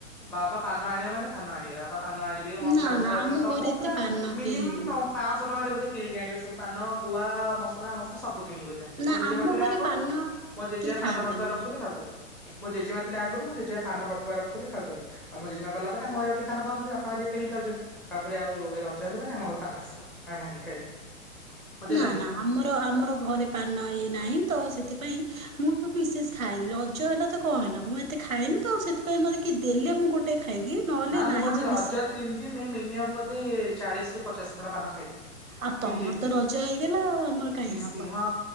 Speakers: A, in the centre; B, on the right.
A: ବାବା ପାନ ଆଣିବ ମାନେ ଧାନଆଣି ବା ପାନ ଆଣିବେ ମସଲା
B: ନା
A: ଫସଲା
B: ନା
A: ହେଇ
B: ଆମ
A: ସବୁ
B: ଘରେ ଏତେ
A: ପୁରା
B: ପାନ
A: ମିନିମମ୍
B: କେହି
A: ପାଞ୍ଚଶହ ଟଙ୍କାରେ ବଧ କିଣିକି ଆଣିବେ ସବୁ ପାନ ଗୁଆ ମସଲା ମସଲି ସବୁ କିଣିବି ଥାଆନ୍ତି
B: ନା
A: ମୋ ଜେଜେମା
B: ଆମ ଘରେ
A: ଆଗରୁ
B: ପାନ
A: ମଁ ଜେଜେଆ
B: କେହି ଖାଆନ୍ତିନି।
A: ପାନ ବଟା ରଖୁଥିଲ ଖାଉଥିଲି। ମୋ ଜେମା ଥିଲା ଆଗରୁ ମୁଁ ଜେମା ପାନ ବଟୁଆ ରଖୁଥିଲ ଖାଉଥିଲ ଆଉ ମୋ ଜେମା ଗଲା ଆମ ଘରେ ଆ ପାନା ଖାଉହାନ୍ତି ବାପା ଘ କିଣି ଖାଉଛନ୍ତି ତାପରେ ଆଉ ରଜ ହେଲେ ମାନେ ଆମ ଘର ପାନ ଆସିବ ଆମେ ଭାଙ୍ଗିକି ଖାଇବୁ। ମଜା
B: ନା
A: ଲାଗେ।
B: ନା ଆମର ଆମର ଘରେ ପାନ ଇଏ ନାହିଁ ତ ସେଥିପାଇଁ ମୁଁ ବି ବିଶେଷ ଖାଇନି ରଜ ହେଲା ତ କଣ ହେଲା ମୁଁ ଏତେ ଖାଇଏନି ତ ସେଥିପାଇଁ ମତେ କି ଦେଲେ ମୁଁ ଗୋଟେ ଖାଇଦିଏ ନହେଲେ
A: ନା
B: ନାହିଁ
A: ମୁଁ ବୋଧେ
B: ଯେ
A: ରଜ
B: ବେଶୀ
A: ତିନି ଦିନ ମିନିଅମ ଯ ଚାଳିଶ ରୁ ପଚାଶ ଖଣ୍ଡ ପାନ ଖାଇଦେବି।
B: ଆଉ ତମର
A: ତିନି ଦିନରେ
B: ତ ରଜ ହେଇଗଲା ଆଉ ଆମର କାହିଁ
A: ମିଶିକି
B: ହବ।
A: ହଁ।